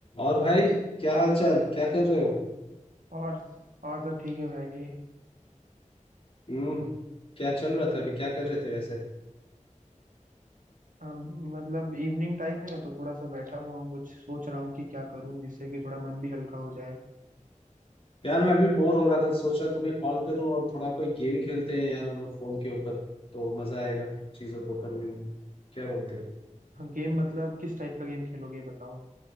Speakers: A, on the left; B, on the right.
A: और भाई क्या हाल चाल क्या कर रहे हो
B: और और सब ठीक है भाई
A: हम्म क्या चल रहा था अभी क्या कर रहे थे वैसे
B: हम मतलब इवनिंग टाइम है तो थोड़ा सा बैठा हुआ हूँ कुछ सोच रहा हूँ कि क्या करूँ जिससे कि थोड़ा मन भी हल्का हो जाए
A: यार मैं अभी बोर हो रहा था सोच रहा तुम्हें कॉल करूं और थोड़ा कोई गेम खेलते हैं यार हम लोग फोन के ऊपर तो मजा आएगा चीजों को करने में क्या बोलते हो
B: गेम मतलब किस टाइप का गेम खेलोगे ये बताओ